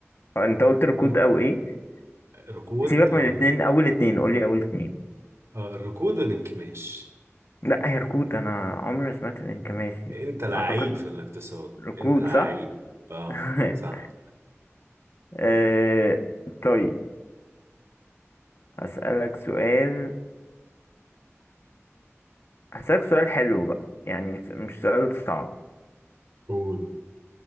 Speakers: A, on the left (about 55°); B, on the right (about 65°).
A: آه، انت قلت ركود
B: ان-
A: او ايه
B: ركود
A: سيبك
B: او
A: من الاثنين اول اتنين قول لي اول اتنين
B: اه الركود والانكماش
A: لا هي ركود انا عمري ما سمعت الانكماش دي
B: انت لعيب
A: اعتقد
B: في الاقتصاد
A: ركود
B: انت لعيب
A: صح
B: اه
A: <laughs>
B: صح
A: آه، طيب هسألك سؤال هسألك سؤال حلو بقى يعني س- مش سؤال صعب
B: قول